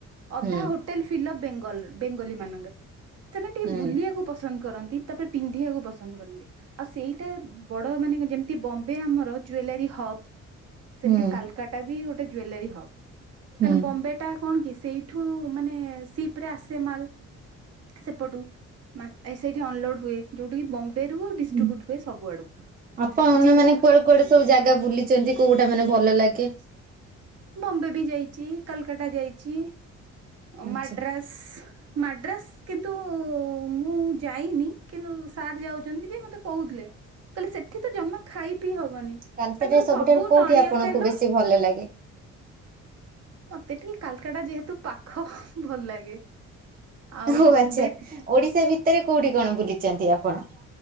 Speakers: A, on the right; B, on the right.
A: ଅଧା
B: ହୁଁ
A: ହୋ ଟେଲ ଫିଲଫ ବେଙ୍ଗଲର ବେଙ୍ଗଲୀମାନଙ୍କ ସେମାନେ ଟିକେ
B: ହୁଁ
A: ବୁଲିବାକୁ ପସନ୍ଦ କରନ୍ତି। ତାପରେ ପିନ୍ଧିବାକୁ ପସନ୍ଦ କରନ୍ତି। ଆଉ ସେଇଟା ବଡ ମାନେ ଯେମତି ବମ୍ବେ ଆମର ଜୁଏଲାରୀ ହବ୍। ସେମିତି
B: ହୁଁ
A: କାଲକାଟା ବି ଗୋଟେ ଜୁଏଲାରୀ ହବ
B: ହୁଁ।
A: କାରଣ ବମ୍ବେଟା। କଣ କି ସେଇଠୁ ମାନେ ସିପରେ ଆସେ ମାଲ୍। ସେପଟୁ ମାନେ ଏଇ ସେଇଠି ଅନଲୋଡ। ହୁଏ ଯୋଉଠିକି ବମ୍ବେ ରୁ ଡିସଟ୍ରିବ୍ୟୁଟ
B: ହୁଁ।
A: ହୁଏ ସବୁଆଡକୁ
B: ଆପଣ
A: ଯେ।
B: ମାନେ କୁଆଡେ କୁଆଡେ ସବୁ ଜାଗା ବୁଲିଛନ୍ତି କୋଉଟା ମାନେ ଭଲ ଲାଗେ?
A: ବମ୍ବେ ବି ଯାଇଛି କାଲକାଟା ଯାଇଛି ଅ
B: ଆଚ୍ଛା
A: ମାଡ୍ରାସ। ମାଡ୍ରାସ୍। କିନ୍ତୁ ମୁଁ ଯାଇନି କିନ୍ତୁ ସାର୍ ଯାଉଚନ୍ତି ଯେ ମତେ କହୁଥିଲେ। କହିଲେ ସେଠି ତ ଜମା ଖାଇପିଇ ହବନି
B: କାଲକାଟା
A: ତାଙ୍କର
B: ସବୁଠାରୁ
A: ସବୁ
B: କୋଉଠି
A: ନଡିଆ
B: ଆପଣଙ୍କୁ
A: ତେଲ।
B: ବେଶୀ ଭଲ ଲାଗେ।
A: ମତେ ଟିକେ କାଲକାଟା ଯେହେତୁ ପାଖ ଭଲ ଲାଗେ। ଆଉ
B: ହଉ
A: ବମ୍ବେ
B: ଆଚ୍ଛା ଓଡିଶା ଭିତେରେ କୋଉଠି କଣ ବୁଲିଛନ୍ତି ଆପଣ?